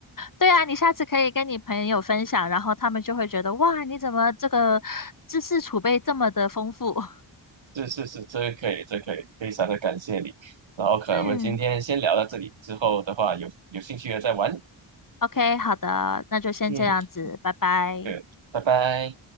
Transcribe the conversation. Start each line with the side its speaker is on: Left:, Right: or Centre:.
Left: 对啊，你下次可以跟你朋友分享，然后他们就会觉得哇，你怎么这个知识储备这么的丰富？
Right: 是是是，这个可以，这个可以，非常的感谢你。然后可能我们今天先聊到这里，
Left: <laughs> 嗯
Right: 之后的话有有兴趣的再玩。
Left: ，OK，好的，那就先这样子，
Right: 嗯，
Left: 拜拜。
Right: 对，拜拜。